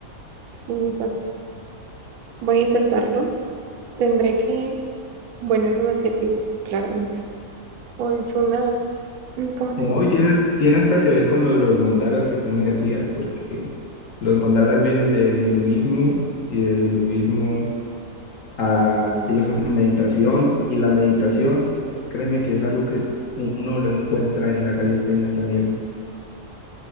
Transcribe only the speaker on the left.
No,
y tienes, tiene hasta que ver con lo de los mandalas que tú me decías, porque los mandalas vienen del hinduismo y del hinduismo a, ellos hacen meditación y la meditación, créeme que es algo que uno lo encuentra en la calistenia también.